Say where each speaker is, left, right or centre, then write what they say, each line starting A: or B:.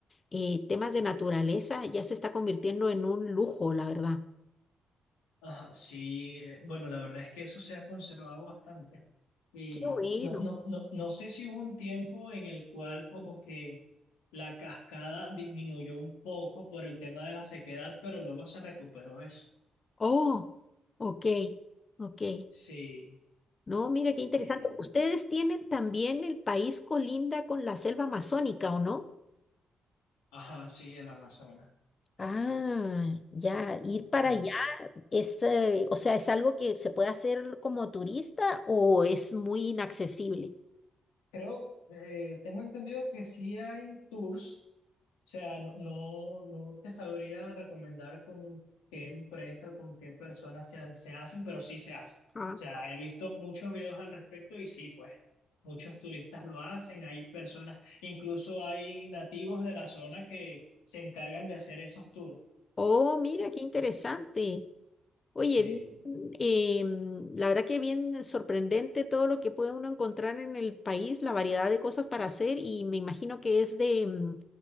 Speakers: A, on the left; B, on the left.
A: eh, temas de naturaleza ya se está convirtiendo en un lujo, la verdad.
B: Ajá, sí, eh, bueno, la verdad es que eso se ha conservado bastante. Y
A: Qué bueno.
B: no, no, no, no sé si hubo un tiempo en el cual como que la cascada disminuyó un poco por el tema de la sequedad, pero luego se recuperó eso.
A: Oh, ok, ok.
B: Sí,
A: No, mira
B: sí,
A: qué interesante. Ustedes tienen también el país colinda con la selva amazónica, ¿o no?
B: ajá, sí, el Amazonas.
A: Ah, ya, ir
B: Sí.
A: para allá Es, eh, o sea, ¿es algo que se puede hacer como turista o es muy inaccesible?
B: Creo, eh, tengo entendido que sí hay tours O sea, no, no no te sabría recomendar con qué empresa, con qué personas se, se hacen, pero sí se hacen. O
A: Ah,
B: sea, he visto muchos videos al respecto y sí, pues muchos turistas lo hacen, hay personas, incluso hay nativos de la zona que se encargan de hacer esos tours.
A: oh, mira, qué interesante. Oye,
B: Sí,
A: bien, em, la verdad que bien sorprendente todo lo que puede uno encontrar en el país, la variedad de cosas para hacer y me imagino que es de em,